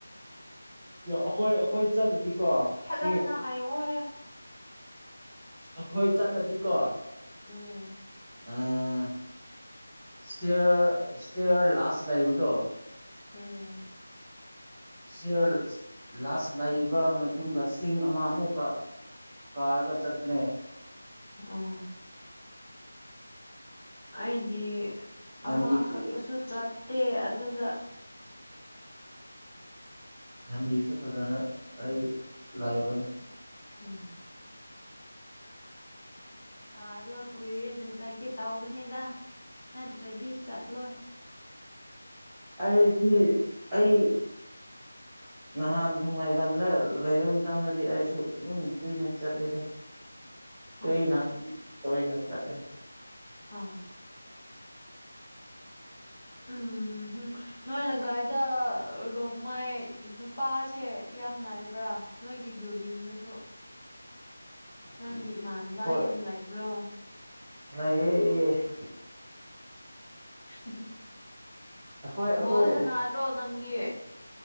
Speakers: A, in the centre; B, on the left.
A: ꯑꯈꯣꯏ ꯑꯈꯣꯏ ꯆꯠꯂꯗꯤꯀꯣ
B: <unintelligible>
A: ꯁꯤ ꯑꯥꯈꯣꯏ ꯆꯠꯂꯗꯤ ꯀꯣ
B: ꯎꯝ
A: ꯎꯝ ꯁꯇꯌꯔ ꯏꯁꯇꯦꯌꯔ ꯂꯥꯁ ꯂꯩꯕꯗꯣ
B: ꯎꯝ
A: ꯁꯤꯔ ꯂꯥꯁ ꯂꯩꯕ ꯃꯇꯨꯡꯗ ꯆꯤꯡ ꯑꯃ ꯑꯃꯨꯛꯀ ꯀꯥꯔꯒ ꯆꯠꯅꯦ
B: ꯑꯥ ꯑꯩꯗꯤ
A: ꯂꯝꯕꯤꯁꯨ
B: ꯑꯃꯈꯛꯇꯁꯨ ꯆꯠꯇꯦ ꯑꯗꯨꯗ
A: <unintelligible> ꯐꯖꯅ ꯑꯩ ꯂꯩꯕꯅꯦ
B: ꯎꯝ ꯀꯥꯗꯨ ꯀꯨꯏꯔꯦꯅ ꯆꯠꯀꯦ ꯇꯧꯕꯅꯦꯗ ꯅꯠꯇ꯭ꯔꯗꯤ ꯆꯠꯂꯣꯏ
A: ꯑꯩꯁꯤ ꯑꯩ
B: <inaudible>
A: ꯅꯍꯥꯟ ꯊꯥꯡꯃꯩꯕꯟꯗ ꯂꯩꯔꯝꯗꯕꯗꯤ ꯑꯩꯁꯨ ꯑꯗꯨꯝ ꯀꯨꯏꯅ ꯆꯠꯂꯤꯗ
B: <inaudible>
A: <unintelligible> ꯇꯧꯏ ꯅ ꯆꯠꯂꯤ
B: ꯑꯥ ꯎꯝ ꯍꯨꯝ ꯅꯣꯏ ꯂꯪꯀꯥꯏꯗ ꯔꯣꯡꯃꯥꯏ ꯅꯨꯄꯥꯁꯦ ꯌꯥꯝ ꯂꯥꯏꯕ꯭ꯔꯥ ꯅꯣꯏꯒꯤ ꯕꯤꯜꯗꯤꯡꯗꯁꯨ ꯅꯪꯒꯤ ꯏꯃꯥꯟꯅꯕ
A: ꯑꯩꯈꯣꯏ
B: ꯌꯥꯝ ꯂꯥꯏꯕ꯭ꯔꯣ
A: <unintelligible>
B: <unintelligible>
A: ꯑꯩꯈꯣꯏ ꯑꯩꯈꯣꯏ
B: ꯕꫭꯜ ꯁꯅꯗ꯭ꯔꯣ ꯅꯪꯒꯤ